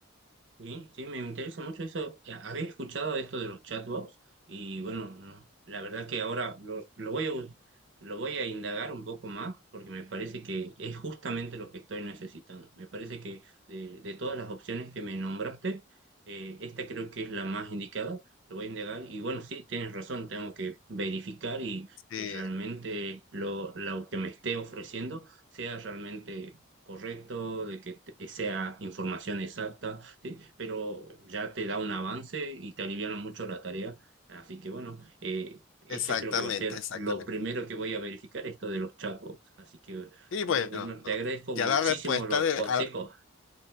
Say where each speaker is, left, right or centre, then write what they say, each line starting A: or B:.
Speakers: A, on the right; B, on the left.
A: Sí, sí, me interesa mucho eso. Ya, Había escuchado de esto de los chatbots y bueno, no, la verdad que ahora lo, lo voy a, bu- lo voy a indagar un poco más porque me parece que es justamente lo que estoy necesitando. Me parece que de, de todas las opciones que me nombraste, eh, esta creo que es la más indicada. Lo voy a indagar y bueno, sí, tienes razón, tengo que verificar y
B: Sí,
A: que realmente lo, lo que me esté ofreciendo sea realmente correcto, de que te- sea información exacta ¿sí? Pero ya te da un avance y te aliviana mucho la tarea. Así que bueno, eh, este
B: exactamente,
A: creo que va a ser
B: exactamente.
A: lo primero que voy a verificar, esto de los chatbots. Así que
B: Y
A: bueno,
B: bueno,
A: Wilmer, te agradezco
B: ya
A: muchísimo
B: la respuesta
A: los
B: de,
A: consejos.
B: a-